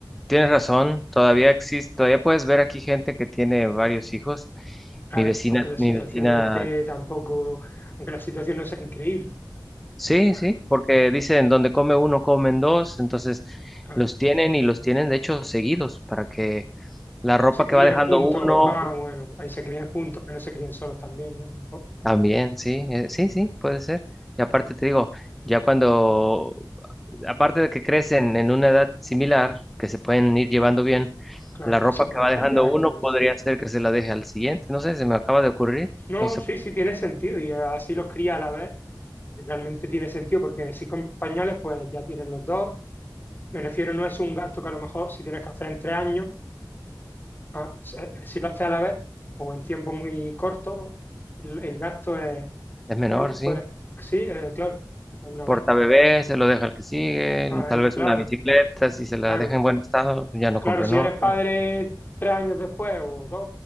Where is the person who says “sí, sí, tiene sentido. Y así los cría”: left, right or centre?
Left